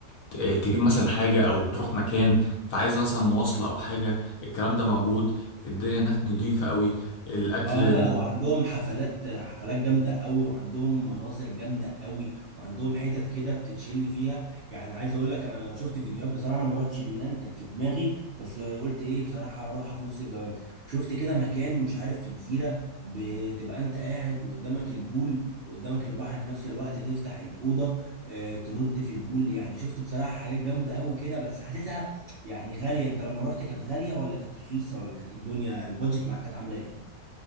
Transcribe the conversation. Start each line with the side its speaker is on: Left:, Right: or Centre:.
Left: ت- آه، تجيب مثلا حاجة او تروح مكان فعايز مثلا مواصلة او حاجة الكلام ده موجود الدنيا هناك نظيفة قوي الاكل
Right: اه لا وعندهم حفلات حفلات جامده قوي وعندهم مناظر جامده قوي وعندهم حتت كده بتتشل فيها يعني عايز اقول لك انا شفت فيديوهات بصراحه انا ما رحتش اليونان كانت في دماغي بس قلت ايه بصراحه اروحها في نص الجواز شفت كده مكان مش عارف في جزيره بتبقى انت قاعد وقدامك البول وقدامك البحر في نفس الوقت تفتح الاوضه آه، تنط في البول يعني شفت بصراحه حاجات جامده قوي كده بس حاسسها يعني غاليه انت لما رحت كانت غاليه ولا كانت رخيصه ولا كانت ايه الدنيا البادجت معاك كانت عامله ايه